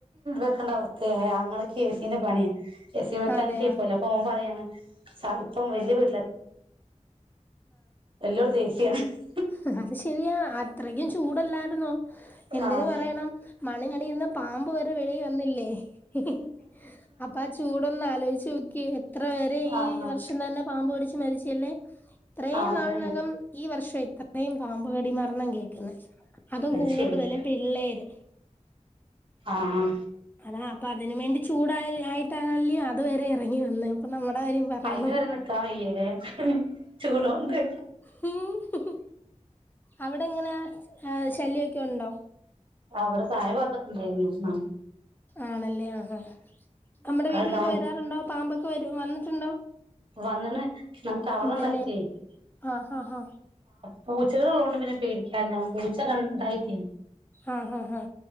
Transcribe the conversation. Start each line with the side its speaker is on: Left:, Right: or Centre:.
Right: ഇക്കണ്ട <unintelligible> ഏ ആങളകെ എ സി ൻ്റെ പണിയാ എ സി മെകാനിക്
Left: അതെയ
Right: പോലെ അപോ അവൻ പറയാണ് സാഹിപം വല്ല്യ വീട്ട്ലാ എല്ലോട്തും എ സി <unintelligible>
Left: ഹ ഹ അത് ശരിയാ അത്രയ്ക്കും ചൂടല്ലായിരുന്നോ എന്തിന്
Right: ആഹ്
Left: പറയണം മണ്ണിനടിയ്ന്ന് പാമ്പ് വരെ വെളിയിൽ വന്നില്ലേ ഹി ഹി അപ്പൊ ആ ചൂടൊന്ന് ആലോചിച്ചു നോക്കിയേ എത്ര പേരെ
Right: ആഹ്
Left: ഈ വർഷം തന്നെ പാമ്പടിച്ചു മരിച്ചല്ലേ ഇത്രയും
Right: ആഹ് അതന്നെ
Left: നാളിനകം ഈ വർഷം ആ ഇ ഇത്രയും പാമ്പ് കടി മരണം കേക്കുന്നെ അതും
Right: അത്
Left: കൂടുതലും
Right: ശരിയാ
Left: പിള്ളേര്
Right: ആഹ്
Left: അതാ അപ്പ അതിന് വേണ്ടി ചൂടായി ആയിട്ടാല്ലേ അത് വരെ ഇറങ്ങി വന്ന അപ്പ നമ്മ <unintelligible> പറയണം
Right: അയിന് വരെ നിക്കാൻ വയ്യല്ലേ ചൂടോണ്ട്
Left: ഹ് ഹ് മ്മ്ഹ് അവിടെ എങ്ങനെ ആ ശല്യൊക്കെ ഉണ്ടോ
Right: ആവിടെത്തായ വത്ത ഉണ്ടായി
Left: ആണല്ലേ ആ ആ നമ്മുടെ വീട്ടിലൊക്കെ
Right: ആക്ക ഡ
Left: വരാറുണ്ടോ പാമ്പൊക്കെ വരും വന്നിട്ടുണ്ടോ
Right: വന്നണ് ഇങ്ങനെ തവള
Left: ഒന്നില്ലേ
Right: ഉണ്ടായിട്ടേ
Left: ആ ഹാ ഹാ
Right: പൂച്ചകള ഉള്ളതൊണ്ട് പിന്നെ പേടിക്കാല്ല പൂച്ച കണ്ടായി തിൻ
Left: ആ ഹാ ഹാ